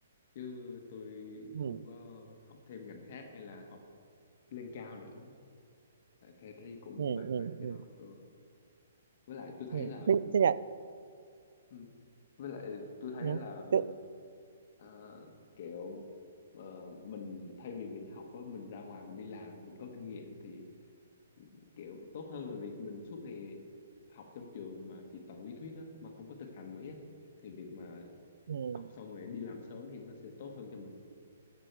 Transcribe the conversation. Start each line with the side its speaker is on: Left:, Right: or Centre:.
Left: chứ tôi
Right: ừ
Left: không có học thêm ngành khác hay là học lên cao nữa tại thấy thấy cũng
Right: ừ
Left: mệt
Right: ừ
Left: mệt cái
Right: ừ
Left: đó ừ. với lại tôi thấy
Right: ừ
Left: là
Right: thế thế nhỉ
Left: ừm, với lại tôi thấy
Right: ừ.
Left: là ừm,
Right: Thế,
Left: ờ, kiểu ờ, mình thay vì việc học á mình ra ngoài mình đi làm mình có kinh nghiệm thì kiểu tốt hơn là việc mình suốt ngày học trong trường mà chỉ toàn lý thuyết á mà không có thực hành mấy á thì việc mà
Right: ừ
Left: học xong rồi đi làm sớm thì nó sẽ tốt hơn cho mình